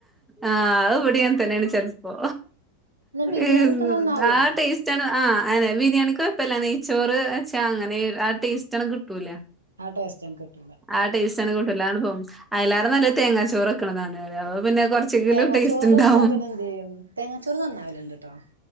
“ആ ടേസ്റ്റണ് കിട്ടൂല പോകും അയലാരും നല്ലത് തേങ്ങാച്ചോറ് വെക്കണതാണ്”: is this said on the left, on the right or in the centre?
Centre